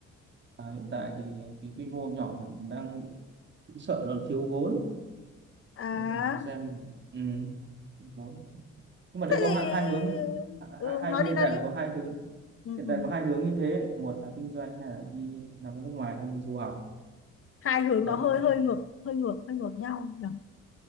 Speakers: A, on the right (about 35°); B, on the left (about 45°).
A: à, hiện tại thì cái quy mô nhỏ mình đang cũng sợ là thiếu vốn
B: à
A: nếu là mình xem ừ, thiếu vốn nhưng mà
B: thế
A: đây có hai, hai hướng
B: thì
A: hai,
B: ừ,
A: hai
B: nói
A: hiện
B: đi nói
A: tại
B: đi
A: là có hai hướng
B: ừ,
A: hiện
B: ừ.
A: tại có hai hướng như thế một là kinh doanh hay là đi làm ở nước ngoài đang du học
B: hai hướng
A: đang
B: nó hơi
A: đang
B: hơi ngược hơi ngược hơi ngược nhau nhỉ